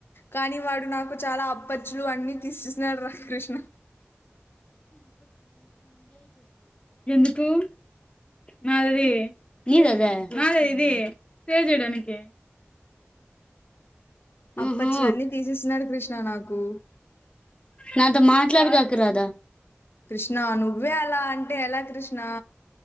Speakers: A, on the left; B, on the left.
A: కానీ వాడు నాకు చాలా అప్పచ్చులు అన్ని తీసేసినాడు రా కృష్ణ
B: ఎందుకు నాది ఇది నీడది నాదే ఇది ప్లే చేయడానికి
A: అప్పచ్చలన్నీ
B: ఆహా
A: తీసేస్తున్నాడు కృష్ణ నాకు
B: నాతో మాట్లాడగాక రాధ
A: కృష్ణా నువ్వే అలా అంటే ఎలా కృష్ణ